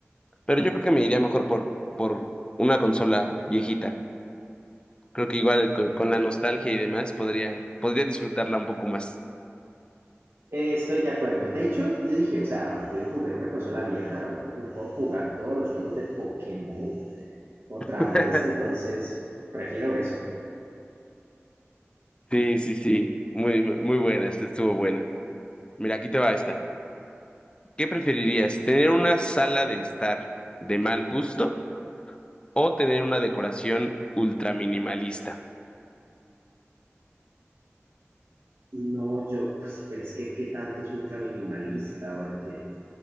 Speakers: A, on the left; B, on the right.
A: pero yo creo que me iría mejor por, por una consola viejita. Creo que igual con, con la nostalgia y demás podría, podría disfrutarla un poco más.
B: Eh, estoy de acuerdo. De hecho, yo dije, o sea, puedo jugar una consola vieja, me puedo jugar todos los juegos de Pokémon otra
A: <laughs>
B: vez, entonces prefiero eso.
A: Sí, sí, sí. Muy, muy buena. Esta estuvo buena. Mira, aquí te va esta. ¿Qué preferirías? ¿Tener una sala de estar de mal gusto o tener una decoración ultra minimalista?
B: No, yo, uf, pero es que qué tanto es ultra minimalista, porque,